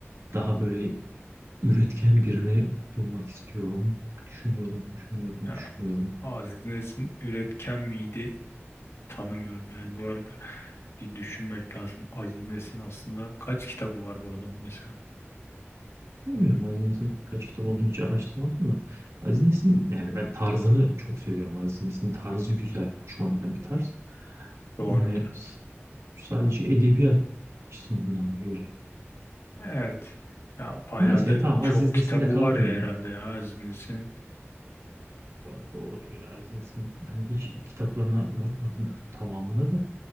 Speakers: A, on the right; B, on the left.
A: daha böyle üretken birini bulmak istiyorum. Düşünüyorum, düşünüyorum,
B: Ya
A: düşünüyorum.
B: Aziz Nesin üretken miydi? Tanımıyorum yani bu arada. Bir düşünmek lazım. Aziz Nesin aslında kaç kitabı var bu adamın mesela?
A: Bilmiyorum
B: Hı,
A: Aziz Nesin'in kaç kitap olduğunu hiç araştırmadım da. Aziz Nesin yani ben tarzını çok seviyorum. Aziz Nesin'in tarzı güzel, hoşuma giden bir tarz.
B: Doğrudur.
A: Ama hani s- sadece edebiyat açısından da öyle.
B: Evet. Ya bayağı
A: Neyse
B: da
A: tamam
B: çok
A: Aziz
B: kitabı
A: Nesin'de kaldım
B: var ya
A: ya.
B: herhalde ya Aziz Nesin'in.
A: Bu arada doğrudur ya Aziz Nesin. Yani hiç kitaplarına bakmadım tamamına da